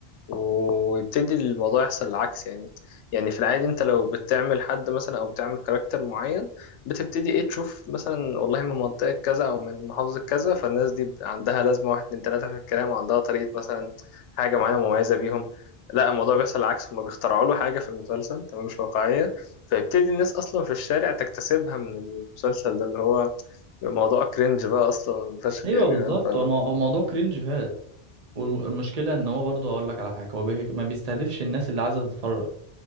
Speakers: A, on the left (about 80°); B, on the right (about 35°).
A: ويبتدي الموضوع يحصل العكس يعني يعني في العادي انت لو بتعمل حد مثلا او بتعمل كاركتر معين بتبتدي ايه تشوف مثلا والله من منطقة كذا او من محافظة كذا فالناس دي عندها لازمة واحد اتنين تلاتة في الكلام وعندها طريقة مثلا حاجة معينة مميزة بيهم لا الموضوع بيحصل العكس هما بيخترعوا له حاجة في المسلسل تمام مش واقعية فيبتدي الناس أصلا في الشارع تكتسبها من المسلسل ده اللي هو موضوع كرنج بقى أصلا فشخ
B: ايوه
A: يعني
B: بالظبط
A: فاهم ف...
B: هو المو- هو الموضوع كرينج فعلا والمشكله ان هو برضه هقول لك على حاجه هو بي... ما بيستهدفش الناس اللي عايزه تتفرج